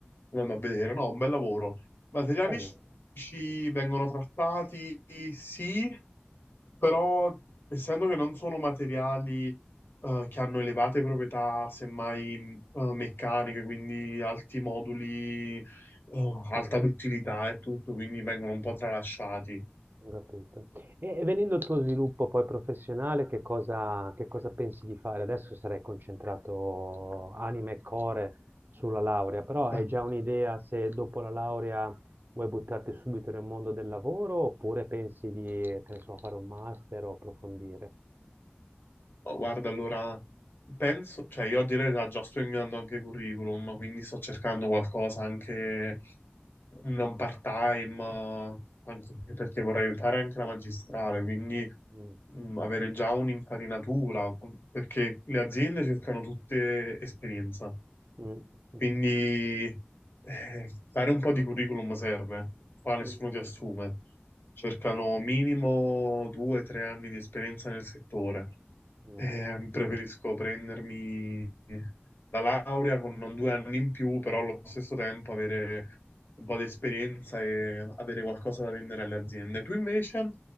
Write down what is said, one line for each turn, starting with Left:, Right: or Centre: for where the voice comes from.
Left: andando a vedere, no, un bel lavoro. Materiali
Right: <coughs> bello.
Left: scientifici vengono trattati, sì, però essendo che non sono materiali eh, che hanno elevate proprietà, semmai, mh, eh, meccaniche, quindi alti moduli, eh, alta
Right: Mh,
Left: duttilità e tutto, quindi vengono un po' tralasciati.
Right: ho capito. E e venendo al tuo sviluppo poi professionale, che cosa che cosa pensi di fare? Adesso sarai concentrato anima e core sulla laurea, però hai
Left: Eh,
Right: già un'idea se dopo la laurea vuoi buttarti subito nel mondo del lavoro, oppure pensi di, che ne so, fare un master o approfondire?
Left: oh, guarda, allora penso, cioè io a dire la verità già sto inviando anche curriculum, quindi
Right: Mh,
Left: sto cercando qualcosa anche non part-time, eh, anche perché vorrei fare anche la magistrale, quindi
Right: mh,
Left: mh, avere già un'infarinatura, perché le aziende cercano tutte esperienza.
Right: mh, mh,
Left: Quindi eh, fare un po' di curriculum serve, qua nessuno
Right: mh,
Left: ti assume. Cercano minimo due o tre anni di esperienza nel settore.
Right: mh, mh.
Left: Eh, preferisco prendermi la laurea con non due anni in più, però allo stesso tempo avere un po' di esperienza e avere qualcosa da vendere alle aziende. Tu invece,